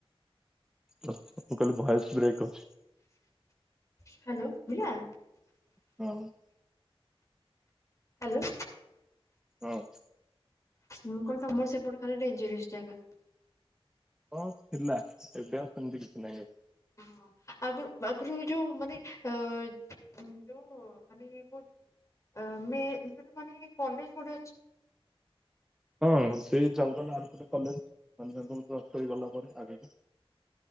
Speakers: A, in the centre; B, on the left (about 30°).
A: ମୁଁ କହିଲି ଭଏସ ବ୍ରେକ୍ ହଉଛି।
B: ହ୍ୟାଲୋ। ଶୁଭିଲା?
A: ହଉ।
B: ହ୍ୟାଲୋ।
A: ହଁ।
B: ମୁଁ କଣ ତମର ସେପଟେ ଖାଲି ଡେଞ୍ଜରୀୟସ୍ ଜାଗା।
A: ହଁ ଥିଲା, ଏବେ ଆଉ ସେମିତି କିଛି ନାଇଁ ଆଉ।
B: ହଁ ଆଗରୁ ଆଗରୁ ଯୋଉ ମାନେ ଅ ଯୋଉ ମାନେ କହୁ ଆମେ <unintelligible> କଲେଜ <unintelligible>
A: ହଁ ସେଇ ଜଙ୍ଗଲ
B: ହଁ
A: ଆରପଟେ କଲ ମାନେ ଜଙ୍ଗଲ କ୍ରସ୍ କରିକି ଗଲା ପରେ ଆଗକୁ।